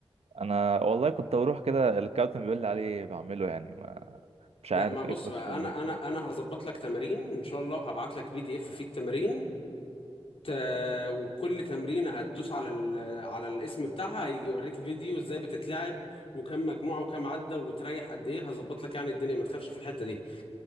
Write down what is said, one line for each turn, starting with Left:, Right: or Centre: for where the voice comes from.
Right: انا والله كنت بروح كده الكابتن بيقول لي عليه بعمله يعني ما مش عارف
Left: لا ما بص
Right: ايه كوتش
Left: بقى
Right: بقول
Left: انا
Right: لك
Left: انا انا هظبط لك تمارين ان شاء الله وهبعت لك بي دي اف فيه التمارين ت... وكل تمرينه هتدوس على ال... على الاسم بتاعها هيجي يوريك فيديو ازاي بتتلعب وكم مجموعه وكم عده وتريح قد ايه هظبط لك يعني الدنيا ما تخافش في الحته دي